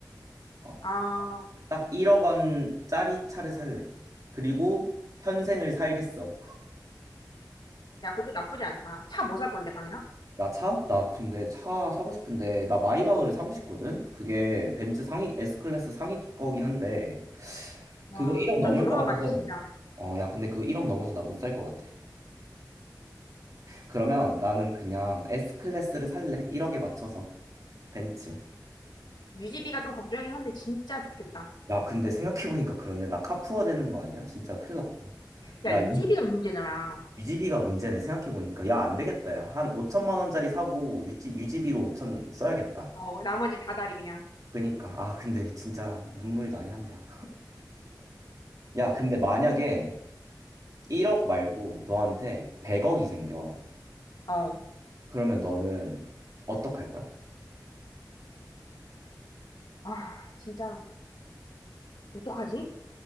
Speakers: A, on the right; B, on the left.
A: 어,
B: 아,
A: 딱 1억 원짜리 차를 살래. 그리고 현생을 살겠어.
B: 야, 그것도 나쁘지 않다. 차 뭐 살 건데, 강인아?
A: 나 차? 나 근데 차 사고 싶은데 나 마이바흐를 사고 싶거든? 그게 벤츠 상위 S클래스 상위 거긴 한데
B: 와,
A: 그거 1억
B: 나
A: 넘을
B: 들어만
A: 것 같아서
B: 봐도 진짜.
A: 어 야 근데 그거 1억 넘어서 나 못 살 것 같아 그러면 나는 그냥 S클래스를 살래 1억에 맞춰서 벤츠
B: 유지비가 좀 걱정이긴 한데 진짜 좋겠다.
A: 야 근데 생각해보니까 그런데 나 카푸어 되는 거 아니야? 진짜 큰일 났다
B: 야,
A: 야
B: 유지비가
A: 유-
B: 문제잖아.
A: 유지비가 문제네 생각해보니까 야 안 되겠다 야 한 5천만 원짜리 사고 유지, 유지비로 5천 써야겠다
B: 어, 나머지 다 다리 그냥.
A: 그니까 아 근데 진짜 눈물이 나긴 한다 야 근데 만약에 1억 말고 너한테 100억이 생겨.
B: 어.
A: 그러면 너는 어떡할 거야?
B: 아, 진짜, 어떡하지?